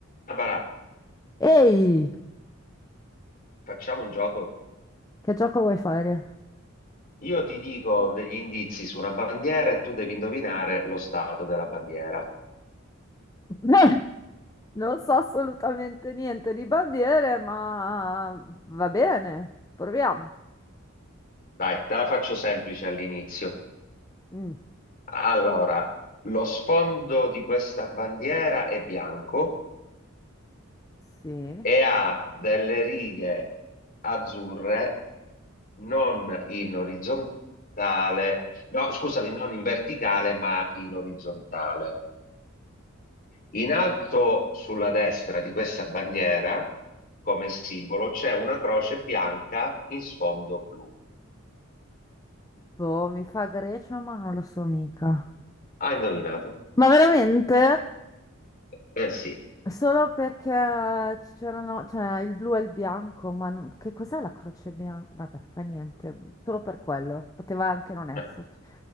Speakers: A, on the left; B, on the left.
A: Barbara,
B: Ehi,
A: facciamo un gioco.
B: che gioco vuoi fare?
A: Io ti dico degli indizi su una bandiera e tu devi indovinare lo stato della bandiera.
B: <laughs> Non so assolutamente niente di bandiere, ma va bene, proviamo.
A: Dai, te la faccio semplice all'inizio.
B: Mm,
A: Allora, lo sfondo di questa bandiera è bianco
B: sì.
A: e ha delle righe azzurre non in orizzontale, no, scusami, non in verticale, ma in orizzontale. In alto sulla destra di questa bandiera, come simbolo, c'è una croce bianca in sfondo blu.
B: Boh, mi fa Grecia, ma non lo so mica.
A: Hai indovinato?
B: Ma veramente?
A: Eh sì.
B: Solo perché c'erano, cioè il blu e il bianco, ma non- che cos'è la croce bianca? Vabbè, fa niente, solo per quello, poteva anche non esserci.
A: <laughs>